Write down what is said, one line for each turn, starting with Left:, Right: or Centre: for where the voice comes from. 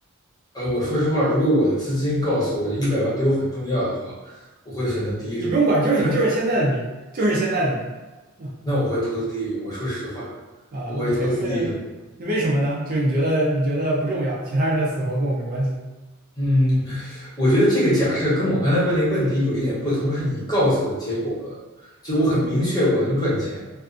Left: 呃，我说实话，如果我的资金告诉我这一百万对我很重要的话，我会选择第一种。
Right: 你不用管，就是你，
Left: 但
Right: 就是现在的你，就是现在的你。啊
Left: 那我会投资第一种。我说实话，
Right: 啊，OK，
Left: 我会投资第一种，
Right: 为为什么呢？就是你觉得你觉得不重要，其他人的死活跟我没关系。
Left: 嗯，我觉得这个假设跟我刚才问那个问题有一点不同，是你告诉我结果了，就我很明确我能赚钱，